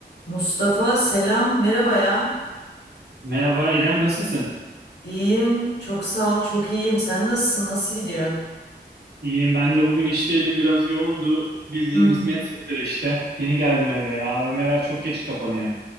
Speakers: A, on the left; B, on the right.
A: Mustafa selam merhaba ya.
B: Merhaba İrem nasılsın?
A: İyiyim çok sağ ol çok iyiyim. Sen nasılsın nasıl gidiyor?
B: İyiyim ben de bugün işteydim biraz yoğundu. Bildiğin
A: Hı hı.
B: hizmet sektörü işte. Yeni geldim eve. AVM'ler çok geç kapanıyor.